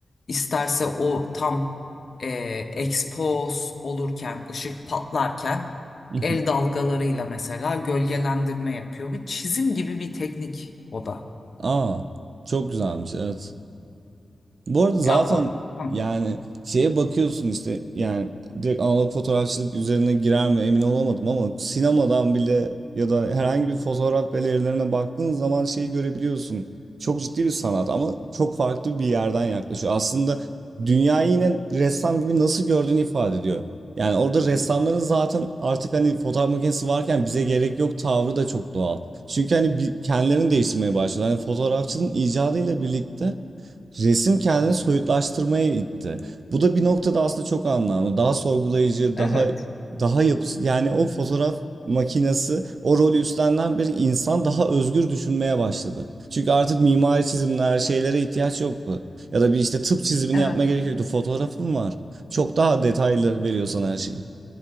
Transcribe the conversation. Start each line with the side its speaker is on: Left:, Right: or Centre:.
Left: İsterse o tam e, expose olurken, ışık patlarken
Right: <laughs>
Left: el dalgalarıyla mesela gölgelendirme yapıyor. Bir çizim gibi bir teknik o da.
Right: Aa, çok güzelmiş evet. Bu arada zaten
Left: Ya o, Hı,
Right: yani şeye bakıyorsun işte yani direkt analog fotoğrafçılık üzerine girer mi emin olamadım ama sinemadan bile ya da herhangi bir fotoğraf galerilerine baktığın zaman şeyi görebiliyorsun. Çok ciddi bir sanat ama çok farklı bir yerden yaklaşıyor. Aslında dünyayı yine ressam gibi nasıl gördüğünü ifade ediyor. Yani orada ressamların zaten artık hani fotoğraf makinesi varken bize gerek yok tavrı da çok doğal. Çünkü hani bir- kendilerini değiştirmeye başlıyorlar. Hani fotoğrafçının icadıyla birlikte Resim kendini soyutlaştırmaya itti. Bu da bir noktada aslında çok anlamlı. Daha sorgulayıcı,
Left: evet.
Right: daha daha yapısı yani o fotoğraf makinesi o rolü üstlenen bir insan daha özgür düşünmeye başladı. Çünkü artık mimari çizimler, şeylere ihtiyaç yoktu. Ya da bir işte tıp çizimini
Left: Evet.
Right: yapmaya gerek yoktu. Fotoğrafın var. Çok daha detaylı veriyor sana her şeyi.